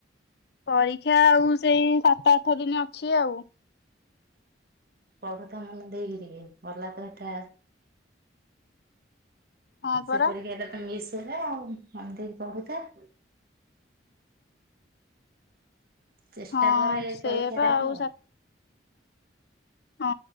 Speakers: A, on the left; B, on the right.
A: ପରୀକ୍ଷା ଆଉ ସେଇ ସାତ ଆଠ ଦିନ ଅଛି ଆଉ।
B: ପଢୁଥା ମନେ ଦେଇକି ଟିକ ଗଲା ତ ଏଟା।
A: ହଁ
B: ସେପରିକି
A: ପରା
B: ମିଶଲା ଆଉ ଏମିତିି କର। <inaudible> ଚେଷ୍ଟା
A: ହଁ
B: କର ଏଇ
A: ସେୟାପା
B: ପରୀକ୍ଷା ଟା
A: ଆଉ
B: ତ।
A: ସା ହଁ